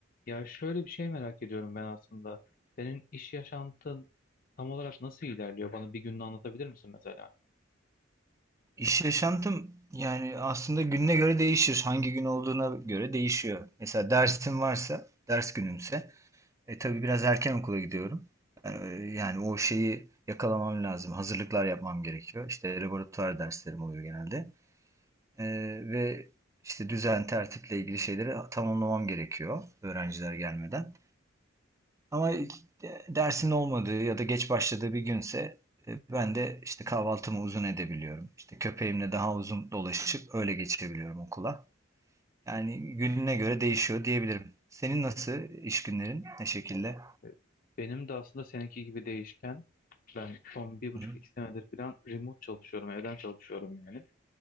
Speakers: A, on the left; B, on the right.
A: Ya şöyle bir şey merak ediyorum ben aslında. Senin iş yaşantın tam olarak nasıl ilerliyor? Bana bir gününü anlatabilir misin mesela?
B: İş yaşantım yani aslında gününe göre değişir. Hangi gün olduğuna göre değişiyor. Mesela dersim varsa, ders günümse, e tabii biraz erken okula gidiyorum. E, Yani o şeyi yakalamam lazım. Hazırlıklar yapmam gerekiyor. İşte laboratuvar derslerim oluyor genelde. E, ve işte düzen, tertiple ilgili şeyleri tamamlamam gerekiyor öğrenciler gelmeden. Ama dersin olmadığı ya da geç başladığı bir günse e, ben de işte kahvaltımı uzun edebiliyorum. İşte köpeğimle daha uzun dolaşıp öyle geçebiliyorum okula. Yani gününe göre değişiyor diyebilirim. Senin nasıl iş günlerin? Ne şekilde?
A: E, Benim de aslında seninki gibi değişken. Ben son bir buçuk
B: Hı hı.
A: iki senedir falan remote çalışıyorum, evden çalışıyorum yani.